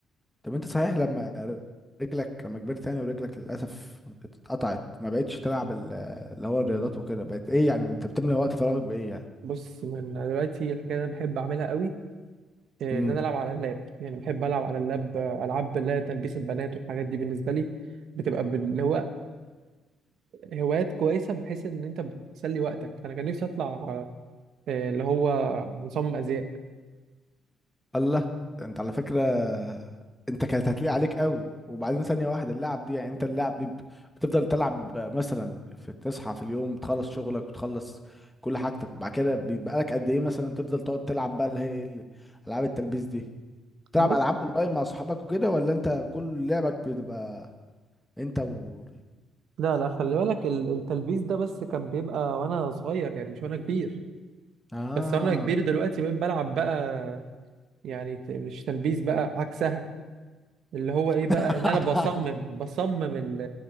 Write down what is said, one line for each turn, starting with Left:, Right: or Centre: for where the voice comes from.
Centre: طب انت صحيح لما رجلك لما كبرت يعني ورجلك للاسف اتقطعت ما بقتش تلعب ال- اللي هو الرياضات وكده بقت ايه يعني انت بتملى وقت فراغك بايه
Right: بص من دلوقتي الحاجه اللي انا بحب اعملها قوي آه،
Centre: يعني
Right: ان انا العب على اللاب يعني بحب العب على اللاب آه، العاب اللي هي تلبيس البنات والحاجات دي بالنسبه لي بتبقى بال- اللي هو هوايات كويسة من حيث إن أنت بتسلي وقتك أنا كان نفسي أطلع آه، اللي هو مصمم أزياء
Centre: الله ده انت على فكرة انت كانت هتليق عليك قوي وبعدين ثانية واحدة اللعب دي يعني انت اللعب دي ب- بتفضل تلعب مثلا في تصحى في اليوم تخلص شغلك وتخلص كل حاجتك وبعد كده بيبقى لك قد ايه مثلا تفضل تقعد تلعب بقى اللي هي ال- العاب التلبيس دي تلعب
Right: بص
Centre: العاب اونلاين مع صحابك وكده ولا انت كل لعبك بتبقى انت و
Right: لا لا خلي بالك ال- التلبيس ده بس كان بيبقى وانا صغير يعني مش وانا كبير
Centre: اه
Right: بس وانا كبير دلوقتي بقيت بلعب بقى يعني ت- مش تلبيس بقى عكسها اللي هو ايه بقى
Centre: <laughs>
Right: ان انا بصمم بصمم ال-